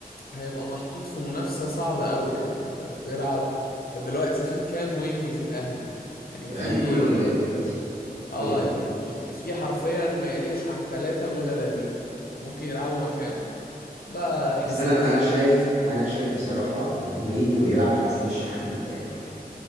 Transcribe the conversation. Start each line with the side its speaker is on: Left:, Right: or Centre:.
Left: هيبقى محطوط في منافسة صعبة قوي يعني انت بتلعب انت دلوقتي في كام وينج في الاهلي يعني
Right: الاهلي
Left: في
Right: كله
Left: كر...
Right: انجاز دلوقتي حرفيا
Left: اه يعني في في حرفيا ما يقلش عن ثلاثة بدلة ليه ممكن يلعبوا مكانه بقى
Right: بس
Left: حسين
Right: انا
Left: الشحات
Right: انا شايف انا شايف بصراحه ان هو يجي ويلعب على حسين الشحات مرتاح